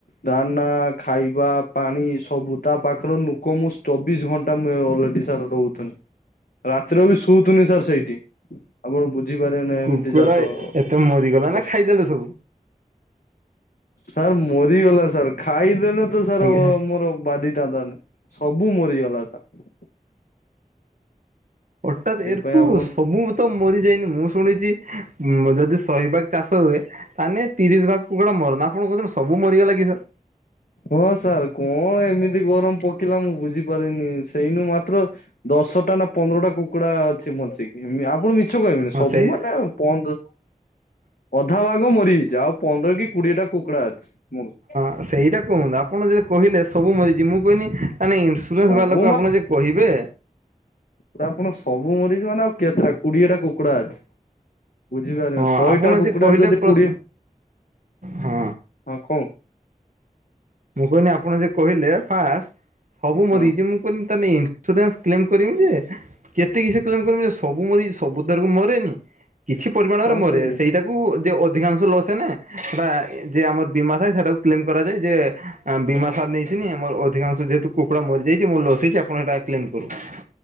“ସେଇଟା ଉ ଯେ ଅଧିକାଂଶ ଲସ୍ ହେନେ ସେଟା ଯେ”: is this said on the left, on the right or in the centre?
Right